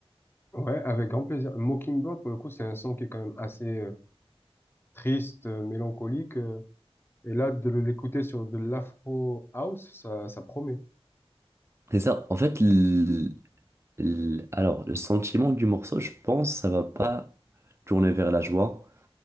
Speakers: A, on the left; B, on the right.
A: ouais, avec grand plaisir. Mockingbird, pour le coup, c'est un son qui est quand même assez euh, triste, euh, mélancolique. euh, et là, de l'écouter sur de l'afro house, ça, ça promet.
B: C'est ça. En fait, l- l- alors, le sentiment du morceau, je pense, ça va pas tourner vers la joie,